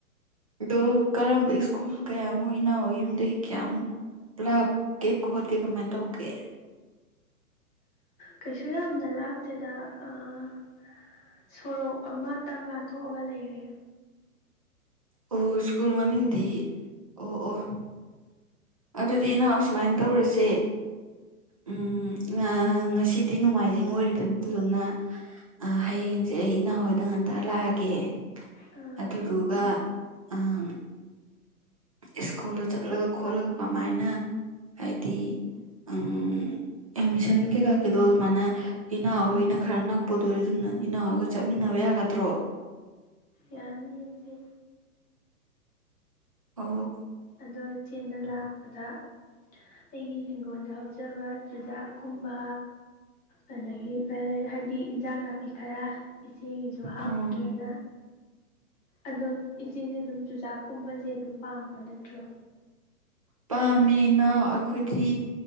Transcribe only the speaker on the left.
ꯀꯩꯁꯨ ꯌꯥꯝꯅ ꯂꯥꯞꯇꯦꯗ ꯑꯥ ꯁꯣꯔꯣꯛ ꯑꯃꯇꯪ ꯂꯥꯟꯊꯣꯛꯑꯒ ꯂꯩꯔꯦ
ꯑꯥ
ꯌꯥꯅꯤꯌꯦ ꯏꯆꯦ
ꯑꯗꯣ ꯏꯆꯦꯅ ꯂꯥꯛꯄꯗ ꯑꯩꯒꯤ ꯍꯤꯡꯒꯣꯜꯗ ꯍꯧꯖꯕ ꯆꯨꯖꯥꯛꯀꯨꯝꯕ ꯑꯗꯨꯗꯒꯤ ꯍꯥꯏꯗꯤ ꯏꯟꯖꯥꯡ ꯅꯥꯄꯤ ꯈꯔ ꯏꯆꯦꯒꯤꯁꯨ ꯍꯥꯞꯀꯦꯅ
ꯑꯗꯣ ꯏꯆꯦꯁꯦ ꯑꯗꯨꯝ ꯆꯨꯖꯥꯛꯀꯨꯝꯕꯁꯦ ꯑꯗꯨꯝ ꯄꯥꯝꯕ ꯅꯠꯇ꯭ꯔꯣ